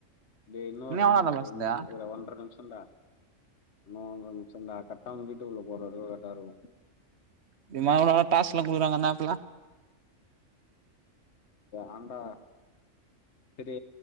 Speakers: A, on the left; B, on the right.
A: டேஇன்னோனு
B: இன்னு எவ்ளோ நேரோ பேசுனது
A: ரெண்டு ல்லே ஒன்ற நிம்ஷோண்டா இன்னு ஒன்ற நிம்ஷோ டா கட்டான வீட்டுக்குள்ள போற‌ருக்கு கர்ட்டாருக்கு
B: இது மார்லா டாஸ்க் லா குடுக்குறாங்க அந்த ஆப் ல
A: ஏன்டா சேரி